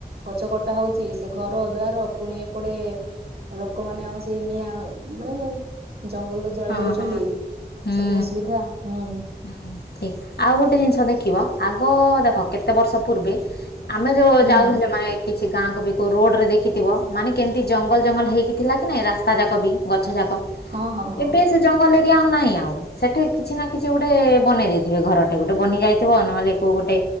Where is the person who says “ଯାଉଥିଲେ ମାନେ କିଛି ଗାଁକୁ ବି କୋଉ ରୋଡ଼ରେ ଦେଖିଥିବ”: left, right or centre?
Left